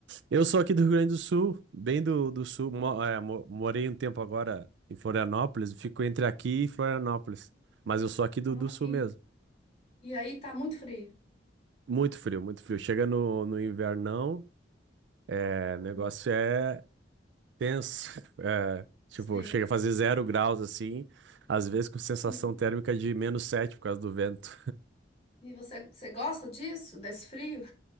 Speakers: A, on the right; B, on the left.
A: Eu sou aqui do Rio Grande do Sul, bem do, do sul. Mo-
B: Ah,
A: é, mo- morei um tempo agora em Florianópolis, fico entre aqui e Florianópolis. Mas eu sou aqui do,
B: ah,
A: do sul
B: e,
A: mesmo.
B: e aí tá muito frio.
A: Muito frio, muito frio. Chega no, no invernão, é, o negócio
B: Uhum.
A: é tenso. <laughs> É, tipo,
B: Sei.
A: chega a fazer zero graus assim, às vezes com sensação
B: Uhum.
A: térmica de menos sete por causa do vento.
B: E você, você gosta disso, desse frio?